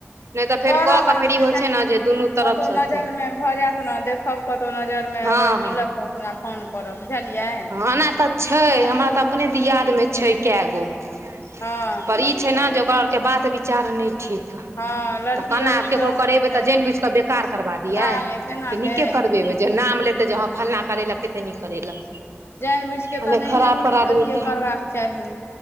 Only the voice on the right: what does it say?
नय तऽ फेर
कऽ केऽ
फेर ई होइ
छै ने जे दुनू तरफ
सँ
अथी
हँ
हँ
ओना तऽ
छै हमरा
तऽ अपने दिय
द
मे छै
कए गो पर
ई छै ने जे ओकरा आर के बात विचार नय ठीक ह
तऽ केना
आब केकरो
करेबे
तऽ जाइन बुझ कऽ कार करबा
दिय
कि नीके करबेबै जे नाम लेते जे हँ फल्ना करेलक कते नीक करेलक
आ नहि
खराब
करा
देबै तऽ